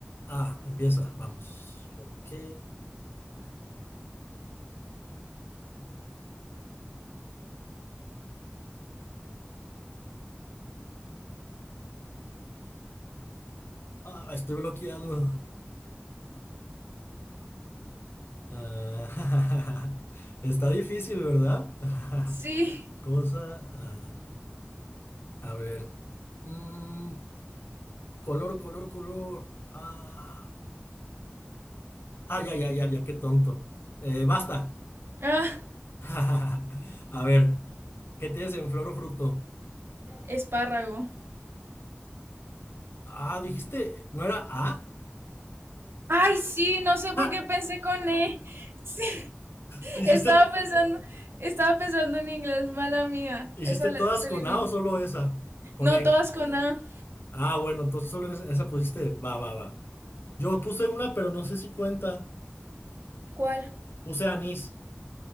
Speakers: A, on the left; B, on the right.
A: Ah, empieza, vamos. Ok. Ah, me estoy bloqueando. Ah, <laughs> está difícil, ¿verdad? <laughs>
B: Sí.
A: Cosa. ah. A ver. mm, color, color, color. Ah, ah, ya, ya, ya, ya, qué tonto. Eh, basta.
B: Ah,
A: <laughs> A ver. ¿Qué tienes en flor o fruto?
B: espárrago.
A: Ah, dijiste, ¿no era A?
B: Ay, sí, no sé
A: <laughs>
B: por qué pensé con E. Sí,
A: ¿Tú ¿Hiciste,
B: estaba pensando, estaba pensando en inglés, mala mía.
A: hiciste
B: Esa
A: todas
B: la- se
A: con
B: elimina.
A: A o solo esa? Con
B: No,
A: E.
B: todas con A.
A: Ah, bueno, entonces solo esa, esa pusiste. Va, va, va. Yo puse una, pero no sé si cuenta.
B: ¿Cuál?
A: Puse anís,